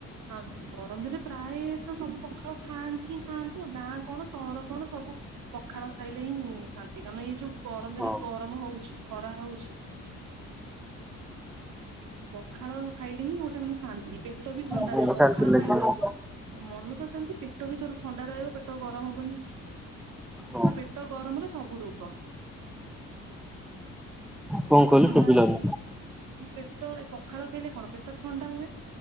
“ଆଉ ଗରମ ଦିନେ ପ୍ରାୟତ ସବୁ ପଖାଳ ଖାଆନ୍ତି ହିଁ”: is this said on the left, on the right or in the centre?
Right